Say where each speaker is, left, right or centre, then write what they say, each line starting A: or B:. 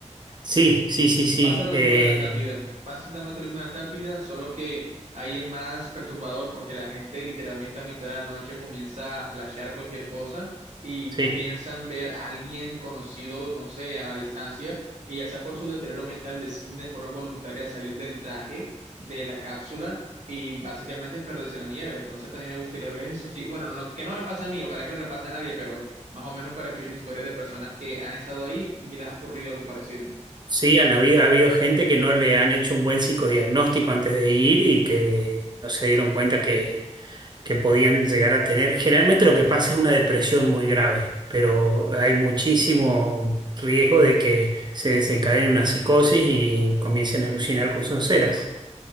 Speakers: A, on the right; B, on the right.
A: Sí, sí, sí, sí.
B: Pasa lo
A: Eh,
B: mismo en la Antártida. Pasa exactamente lo mismo en la Antártida, solo que ahí es más perturbador porque la gente literalmente a mitad de la noche comienza a flashear cualquier cosa y
A: sí.
B: piensan ver a alguien conocido, no sé, a la distancia, y ya sea por su deterioro mental deciden de forma voluntaria salir del traje, de la cápsula y básicamente perderse en la nieve. Entonces también me gustaría ver eso. Sí, bueno, no, que no me pasa a mí, ojalá que no le pase a nadie, pero más o menos para escuchar historias de personas que han estado ahí y les ha ocurrido algo parecido.
A: Sí, han habido, ha habido gente que no le han hecho un buen psicodiagnóstico antes de ir y que no se dieron cuenta que, que podían llegar a tener. Generalmente lo que pasa es una depresión muy grave, pero hay muchísimo riesgo de que se desencadene una psicosis y comiencen a alucinar con sonceras.